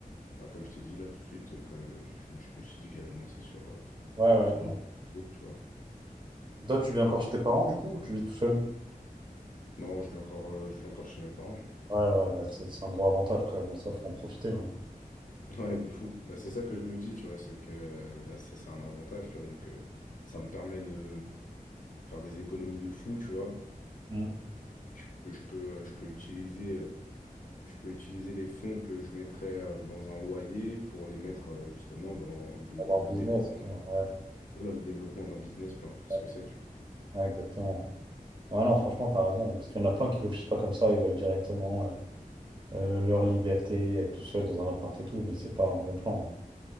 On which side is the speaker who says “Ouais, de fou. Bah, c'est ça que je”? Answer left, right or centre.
Left